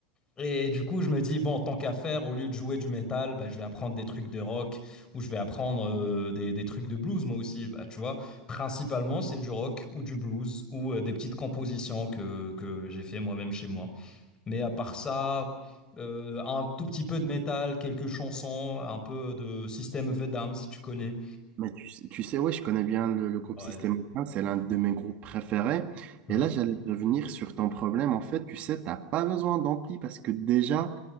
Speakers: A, on the left (about 25°); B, on the right (about 45°).
A: Et du coup, je me dis, bon, tant qu'à faire, au lieu de jouer du métal, bah, je vais apprendre des trucs de rock ou je vais apprendre euh, des, des trucs de blues, moi aussi. Bah, tu vois, principalement, c'est du rock ou du blues ou euh, des petites compositions que, que j'ai fait moi-même chez moi. Mais à part ça, euh, un tout petit peu de métal, quelques chansons, un peu de System of a Down, si tu connais.
B: Mais tu, sais, tu sais, ouais, je connais bien le, le groupe
A: Ouais.
B: Système U, c'est l'un de mes groupes préférés.
A: Mhm.
B: Et là, j'allais revenir sur ton problème. En fait, tu sais, t'as pas besoin d'ampli parce que déjà,